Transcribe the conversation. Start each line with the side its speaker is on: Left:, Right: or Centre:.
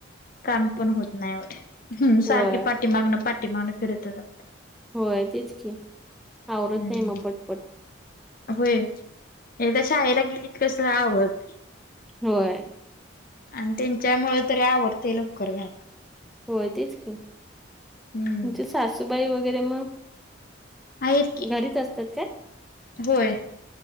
Left: काम पण होत नाही,
Centre: होय,
Left: सारखी पाठी मागणं पाठी मागणं फिरत. <unintelligible>
Centre: होय, तेच की. आवरत
Left: हम्म
Centre: नाही मग
Left: ह.
Centre: पटपट.
Left: होय, एकदा शाळेला गेलीत कस आवत
Centre: होय.
Left: आणि त्यांच्यामुळे तरी आवरतय लवकर घरात.
Centre: होय तेच की, तुमची
Left: हम्म
Centre: सासूबाई वगैरे मग.
Left: आहेत की
Centre: घरीच असतात का?
Left: होय,